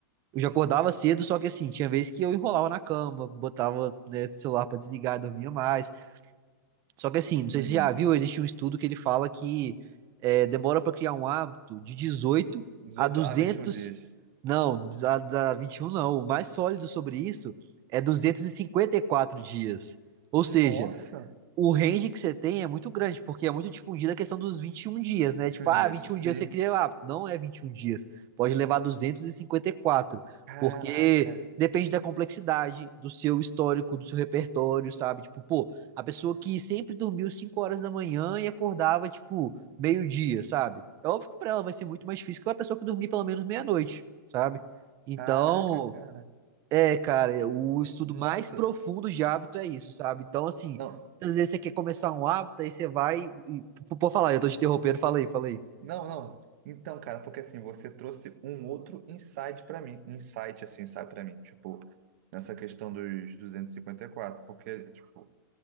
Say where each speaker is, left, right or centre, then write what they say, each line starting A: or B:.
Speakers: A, on the right; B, on the right.
A: eu já acordava cedo, só que assim, tinha vezes que eu enrolava na cama, botava, né, o celular pra desligar, dormia mais. Só que assim, não sei
B: Uhum.
A: se você já viu, existe um estudo que ele fala que é, demora pra criar um hábito de 18
B: 18
A: a 200
B: a 21 dias.
A: não, a, a 21 não. O mais sólido sobre isso é duzentos e e cinquenta e quatro dias. Ou
B: Nossa,
A: seja, o range que você tem é muito grande, porque é muito difundida a questão dos 21 dias, né?
B: 21
A: Tipo,
B: dias.
A: ah, 21
B: Sim.
A: dias você cria o hábito. Não é 21 dias. Pode levar duzentos e e cinquenta e quatro,
B: Caraca.
A: porque depende da complexidade, do seu histórico, do seu repertório, sabe? Tipo, pô, a pessoa que sempre dormiu 5 horas da manhã e acordava, tipo, meio-dia, sabe? É óbvio que pra ela vai ser muito mais difícil que a pessoa que dormir pelo menos meia-noite, sabe? Então.
B: Caraca, cara.
A: É, cara, é, o estudo
B: Nossa.
A: mais profundo de hábito é isso, sabe? Então, assim,
B: Não.
A: muitas vezes você quer começar um hábito, aí você vai e... Pô, falar, eu tô te interrompendo, falei, falei.
B: Não, não. Então, cara, porque assim, você trouxe um outro insight pra mim, insight assim, sabe, pra mim, tipo, nessa questão dos duzentos e e cinquenta e quatro, porque tipo,